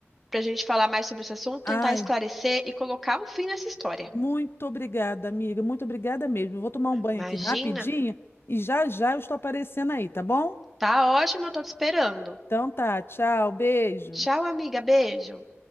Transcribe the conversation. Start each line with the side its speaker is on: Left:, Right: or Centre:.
Centre: pra gente falar mais sobre esse assunto,
Left: Ai,
Centre: tentar esclarecer e colocar um fim nessa história.
Left: muito obrigada, amiga. Muito obrigada mesmo. Eu vou tomar um banho
Centre: Imagina?
Left: aqui rapidinho e já já eu estou aparecendo aí, tá bom?
Centre: Tá ótimo, eu tô te esperando.
Left: Então tá, tchau, beijo.
Centre: Tchau, amiga, beijo.